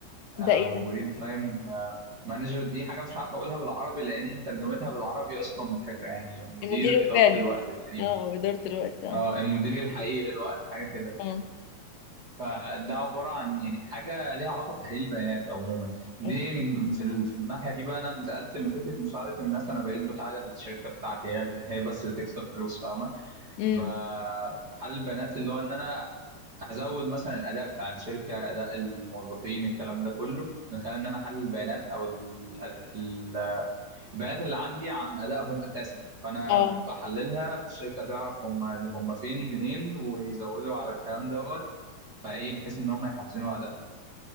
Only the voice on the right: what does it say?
او
ريل تايم مانجر دي حاجه مش عارف اقولها بالعربي لان ترجمتها بالعربي اصلا مضحكه يعني مدير
اداره
الوقت تقريبا
اه المدير الحقيقي للوقت حاجه كده
فده عباره عن يعني حاجه ليها علاقه بتحليل البيانات عموما دي
م- في ال- في الناحيه دي بقى انا انتقلت من فكره مساعده الناس انا بقيت بساعد الشركه بتاعتي هي ال- هي بس اللي تكسب فلوس فاهمه
ب- بحلل البيانات اللي هو ان انا ازود مثلا الاداء بتاع الشركه اداء الموظفين الكلام ده كله من خلال ان انا احلل البيانات او ال- البيانات اللي عندي عن ادائهم اساسا فانا
بحللها فالشركه تعرف هم هم فين منين ويزودوا على الكلام دوت فايه بحيث ان هم يحسنوا ادائهم